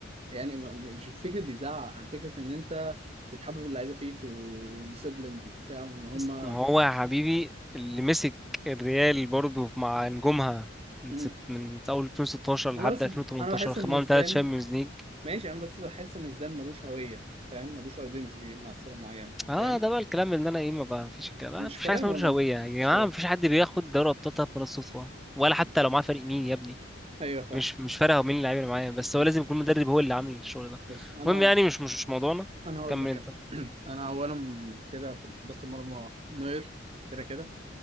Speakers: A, on the right; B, in the centre.
A: يعني ما- مش فكرة بيزعق عن فكرة ان انت بتحبب اللعيبة فيك وديسيبلند وبتاع وان هما
B: بس ما هو يا حبيبي اللي مسك الريال برضه مع نجومها من
A: مم.
B: ست من اول 2016 لحد
A: انا بس
B: 2018
A: انا بحس
B: خدهم
A: ان زيدان
B: ثلاث شامبيونز ليج
A: ماشي انا بس بحس ان زيدان ملوش هوية فاهم ملوش ايدنتيتي مع سلة معينة
B: اه
A: فاهم
B: ده بقى الكلام اللي انا ايه ما بقى مفيش الكلام ما
A: مش
B: فيش
A: كلام
B: حاجه اسمها
A: والله
B: ملوش هويه يا
A: مش
B: جماعه
A: كلام
B: مفيش حد بياخد دوري ابطال ثلاث مرات صدفه ولا حتى
A: ماشي.
B: لو معاه فريق مين يا ابني
A: ايوه فاهم
B: مش مش فارقه هو مين اللعيبه اللي معايا بس
A: ماشي
B: هو لازم يكون مدرب هو اللي عامل الشغل ده
A: ماشي انا
B: المهم يعني مش مش مش موضوعنا
A: انا هقول
B: كمل
A: لك
B: انت
A: انا <clears throat> انا اولا كده في حراسه المرمى نوير كده كده